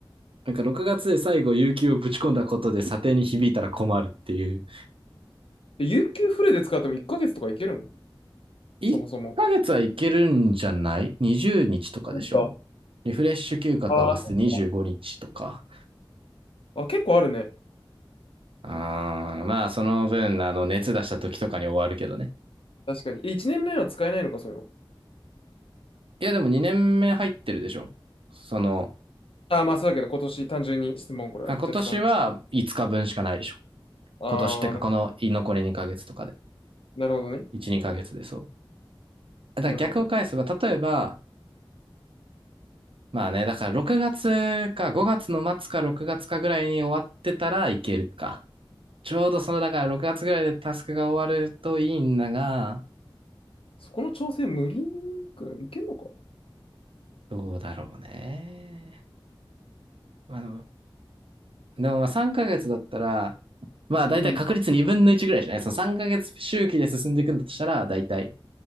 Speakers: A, on the right; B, on the left.
A: なんか6月で最後、有給をぶち込んだことで査定に響いたら困るっていう
B: で、有給フルで使っても1ヶ月とかいけるん
A: 1ヶ月はいけるんじゃない
B: そもそも。
A: ?20 日とかでしょ
B: なんか、
A: リフレッシュ休暇と合わせて25日とか。
B: あー、そっか。あ、結構あるね。
A: あーまあ、その分、あの、熱出した時とかに終わるけどね。
B: 確かに。え、1年目は使えないのか、そういうの。
A: いや、でも2年目入ってるでしょその、
B: あー、まあそうだけど、今年単純に質問、これは。
A: あ今年は5日分しかないでしょ
B: ジャストあー、
A: 今年ってか、
B: な、
A: この残り2ヶ月とかで。
B: なるほどね。
A: 1、2ヶ月でそう。
B: オッケー。
A: だから逆を返せば、
B: なるほど。
A: 例えば、まあね、だから6月か5月の末か6月かぐらいに終わってたらいけるか。ちょうどその、だから6月ぐらいでタスクが終わるといいんだが、
B: そこの調整無理くらいいけんのか
A: どうだろうね。まあでも、でもまあ3ヶ月だったら、まあ大体確率2分の1ぐらいじゃないその3ヶ月周期で進んでいくんだとしたら、
B: うん。
A: 大体